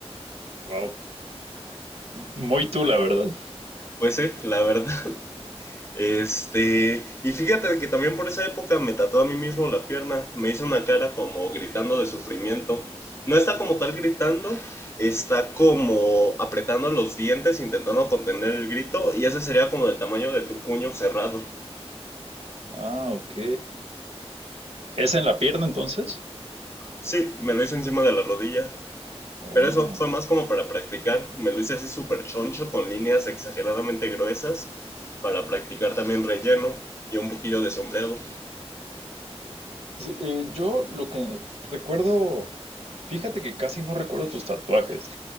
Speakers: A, on the right; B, on the left.
A: Wow. M- Muy tú, la verdad.
B: Pues sí, la verdad. Este, y fíjate que también por esa época me tatué a mí mismo la pierna, me hice una cara como gritando de sufrimiento. No está como tal gritando, está como apretando los dientes, intentando contener el grito, y ese sería como del tamaño de tu puño cerrado.
A: Ah, ok. ¿Es en la pierna entonces?
B: Sí, me lo hice encima de la rodilla,
A: Oh.
B: pero eso fue más como para practicar, me lo hice así súper choncho, con líneas exageradamente gruesas, para practicar también relleno y un poquillo de sombreado.
A: Sí, eh, yo lo que recuerdo, fíjate que casi no recuerdo tus tatuajes.